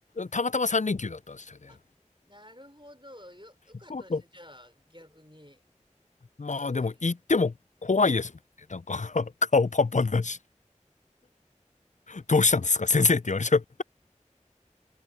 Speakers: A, on the left; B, on the right.
A: たまたま三連休だったんですよね。
B: あ、なるほど。よ良かったですね、
A: <laughs>
B: じゃあ、逆に。
A: まあでも行っても怖いですもんね。
B: ラッキーですね。
A: なんか <laughs> 顔パンパンだし。どうしたんですか先生って言われちゃっ